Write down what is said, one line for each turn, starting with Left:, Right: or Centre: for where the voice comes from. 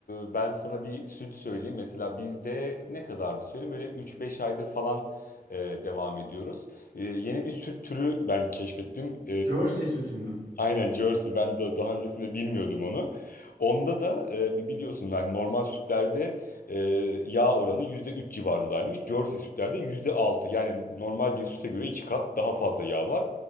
Left: e, ben sana bir süt söyleyeyim. Mesela bizde ne kadardı söyleyeyim böyle üç beş aydır falan e, devam ediyoruz. E, Yeni bir süt türü ben keşfettim.
Right: Jersey sütü mü?
Left: Aynen Jersey ben da- daha öncesinde bilmiyordum onu. Onda da e, bi- biliyorsun hani normal sütlerde e, yağ oranı %3 civarındaymış. Jersey sütlerde %6. yani normal bir süte göre iki kat daha fazla yağ var.